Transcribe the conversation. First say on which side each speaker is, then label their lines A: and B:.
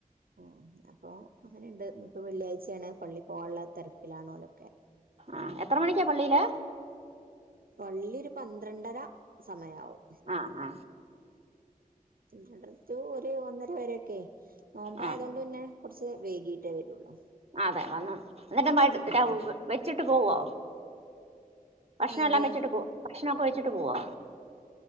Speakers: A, on the right; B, on the right.
A: ഉം അപ്പൊ അങ്ങനെണ്ട്. ഇന്ന്പ്പോ വെള്ളിയാഴ്ചേണ് പള്ളി പോഹാൻള്ള തെരക്കിലാണോലോ
B: ആഹ് എത്ര മണിക്കാ പള്ളിയില്
A: പള്ളി ഒരു പന്ത്രണ്ടര സമയാവും
B: ആ
A: ഉം രണ്ടരത്തെ ഒരു ഒന്നര വരെ ഒക്കെ നോമ്പാ
B: ആ
A: ആയതൊണ്ട് പിന്നെ കൊറച്ച് വേകീട്ടേ വെരൊള്ളൂ
B: ആഹ് അതെ വന്ന് ഇന്നിട്ട് <unintelligible> <unintelligible> വൈകിട്ട്
A: ഉം
B: വെച്ചിട്ട് പോവോ ഭക്ഷണം
A: എന്ത്
B: എല്ലാം വെച്ചിട്ട് പോ ഭക്ഷണൊക്കെ വെച്ചിട്ട് പോവോ